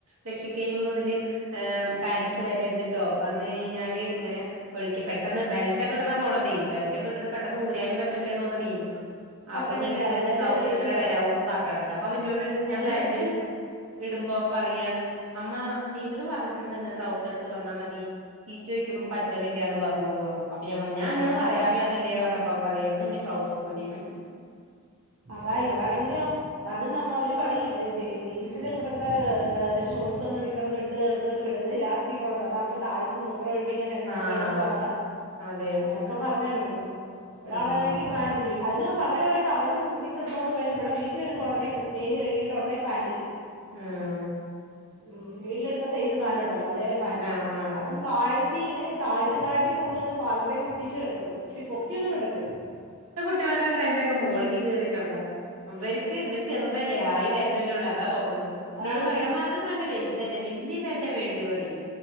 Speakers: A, on the right (about 80°); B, on the right (about 65°).
A: രക്ഷിക്കെ ഇഞ്ഞി മുതല് പാന്റിട്ട് വരരുത് ട്ടോ വന്ന് കയിഞ്ഞാല് ഇങ്ങനെ ഒഴിക്ക പെട്ടെന്ന് ബെൽറ്റൊക്കെ ഇട്ട്ട്ടാ പോണതെ ബെൽറ്റൊക്കെ ഇട്ടട്ട് പെട്ടെന്ന് ഊരാനും പറ്റണില്ലാ തോന്നണെ ആഹ്
B: പറ്റണില്ല
A: അപ്പൊഞ്ഞിങ്ങനെ ഇടരുത്
B: അവര് തന്നെ
A: ട്രൗസർ
B: ദേഷ്യം
A: ഇട്ട്ട്ടേ
B: പറയും
A: വരാവൂ എന്ന് പറഞ്ഞടക്ക അപ്പൊ ഇന്നോട് ഒരീസം
B: അത്
A: ഞാൻ പാന്റ്
B: ലൂസ്
A: ഇടുമ്പോം അവൻ പറയാണ് അമ്മാ ടീച്ചർ പറഞ്ഞിട്ടുണ്ട് ഇന്ന് ട്രൗസർ ഇട്ട് വന്നാ മതി ചീച്ചി ഒഴിക്കുമ്പോ പറ്റണില്ല എന്ന് പറഞ്ഞുന്ന് പറഞ്ഞു അപ് പ്പോ ഞാൻ പറഞ്ഞു ഞാൻന്നോട്
B: ആഹ്
A: പറയാറുള്ളതല്ലേ പറഞ്ഞപ്പം അവൻ പറയാ ഇനി ട്രൗസർ മതിന്ന്
B: അതാ ഇവിടാണെങ്കിലോ? അത് നമ്മ അവര് പറയില്ല ജീൻസിന്റെ കൂട്ടത്തെ് ഷോർട്സൊന്നും നിക്കറെന്നും ഇ ത് എടുക്കട്ട് വിടത് ലാസ്റ്റക്കൊള്ളത് അതാമ്പോ താഴ് മൂത്രം ഒഴിപ്പിക്കാനായി ഞങ്ങക്ക്
A: ആഹ്
B: എളുപ്പ അതാ
A: അതെ
B: അങ്ങനൊക്കെ പറഞ്ഞാ വിടുന്നെ ഒരാളാണെങ്കി
A: ആഹ്
B: പാന്റ് വി അതിന് പകരമായിട്ട് അവിടെ നിക്കറിട്ടോണ്ട് പോയാലും ഇടെ വീട്ട് വരുമ്പോ ഉടനെ മേല് കഴികീട്ട് ഉടനെ പാന്റിടും
A: ഉം
B: ഉം വീട്ടിലിടുന്ന സൈസ് പാൻറ് ഉണ്ടല്ലോ അതേലെ പാന്റ്
A: ആഹ് ആഹ്
B: അതും താഴ്ത്തി ഇങ്ങനെ താഴ്ത്തി താഴ്ത്തി കൊണ്ടുവന്ന് പാദത്തെ മുട്ടിച്ച് കെടക്കും ഇച്ചിരി പൊക്കിയൊന്നും വിടത്തില്ല
A: ഇട്ട് കാണണ ട്രെന്റെക്കെ മോളിക്ക് കേറിക്കണതാ ഇവർക്ക് ഇവര് ചെറുതല്ലേ ആയി വരുന്നല്ലേള്ളൂ അതാ തോന്ന ന്നുണു ഇന്നോട്
B: ആഹ്
A: പറയാ മ്മാ അത് നല്ല വലുതല്ലേ വല്യ പാന്റാ വേണ്ടി പറയും